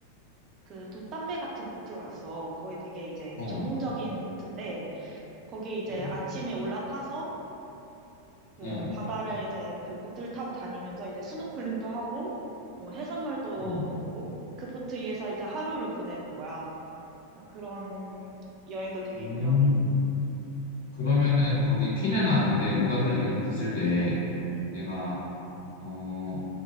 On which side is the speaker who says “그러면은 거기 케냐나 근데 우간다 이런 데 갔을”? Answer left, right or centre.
Left